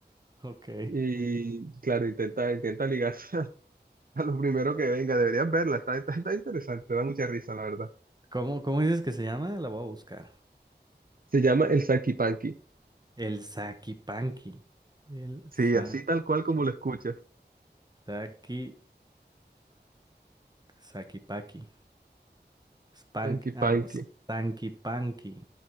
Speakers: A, on the right; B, on the right.
A: ok.
B: Y claro, intenta, intenta ligarse <laughs> a, lo primero que venga. Deberías verla, está, está, está interesante, da mucha risa, la verdad.
A: ¿Cómo, cómo dices que se llama? La voy a buscar.
B: Se llama el Sanky Panky.
A: El Sakipanki. El
B: Sí,
A: sa
B: así tal cual como lo escuchas.
A: Sakipan Sakipaki. Spank,
B: Sanky
A: ah,
B: Panky.
A: no, Stankipanki.